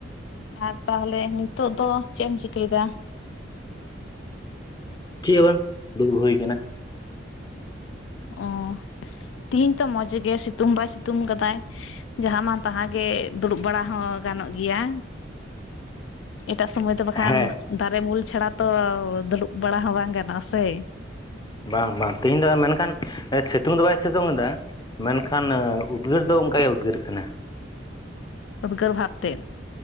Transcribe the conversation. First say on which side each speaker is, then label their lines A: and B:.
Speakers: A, on the left (about 70°); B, on the left (about 20°).
A: ᱟᱨ ᱛᱟᱦᱚᱞᱮ ᱱᱤᱛᱚᱜ ᱫᱚ ᱪᱮᱫ ᱮᱢ ᱪᱤᱠᱟᱹᱭᱮᱫᱟ?
B: ᱪᱮᱜ ᱦᱚ ᱵᱟᱝ ᱫᱩᱲᱩᱵ ᱦᱩᱭ ᱠᱟᱱᱟ᱾
A: ᱚ ᱛᱮᱦᱤᱧ ᱛᱚ ᱢᱚᱸᱡᱽ ᱜᱮ ᱥᱤᱛᱩᱢ ᱵᱟᱭ ᱥᱤᱛᱩᱢ ᱠᱟᱫᱟᱭ᱾ ᱡᱟᱦᱟᱸ ᱢᱟᱱ ᱛᱟᱦᱟᱸ ᱜᱮ ᱫᱩᱲᱩᱵ ᱵᱟᱲᱟ ᱦᱚᱸ ᱜᱟᱱᱚᱜ ᱜᱮᱭᱟ᱾ ᱮᱴᱟᱜ ᱥᱚᱢᱚᱭ ᱫᱚ ᱵᱟᱠᱷᱟᱱ
B: ᱦᱮᱸ
A: ᱫᱟᱨᱮ ᱩᱢᱩᱞ ᱪᱷᱟᱲᱟ ᱛᱚ ᱫᱩᱲᱩᱵ ᱵᱟᱲᱟ ᱦᱚᱸ ᱵᱟᱝ ᱜᱟᱱᱚᱜ-ᱟ ᱥᱮ᱾
B: ᱵᱟᱝ ᱵᱟᱝ ᱛᱮᱦᱤᱧ ᱫᱚ ᱢᱮᱱᱠᱷᱟᱱ, ᱥᱤᱛᱩᱝ ᱫᱚ ᱵᱟᱭ ᱥᱤᱛᱩᱝ ᱮᱫᱟ ᱢᱮᱱᱠᱷᱟᱱ ᱩᱫᱽᱜᱟᱹᱨ ᱫᱚ ᱚᱱᱠᱟᱜᱮ ᱩᱫᱽᱜᱟᱹᱨ ᱠᱟᱱᱟ᱾
A: ᱩᱫᱽᱜᱟᱹᱨ ᱵᱷᱟᱵ ᱛᱮᱼᱼ